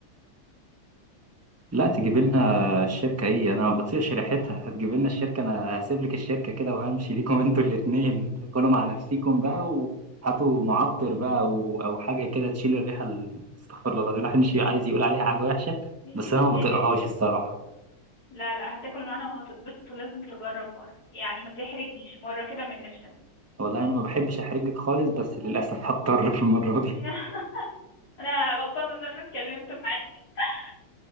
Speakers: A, on the right; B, on the left.
A: لا تجيب لنا الشركة ايه انا ما بطيقش ريحتها هتجيب لنا الشركة انا هسيب لك الشركة كده وهمشي ليكم <laughs> انتوا الاتنين كلوا مع نفسيكم بقى وهاتوا معطر بقى او او حاجة كده تشيل الريحة ال- استغفر الله العظيم الواحد مش عايز يقول عليها حاجة وحشة
B: هي
A: بس انا ما بطيقهاش
B: دي ريحة
A: الصراحة
B: لا لا هتاكل معانا وهتتبسط ولازم تجرب مرة يعني ما تحرجنيش مرة كده من نفسنا
A: والله انا ما بحبش احرجك خالص بس للاسف <laughs> هضطر في المرة دي
B: <laughs> انا غلطانة ان انا اتكلمت معاك <laughs>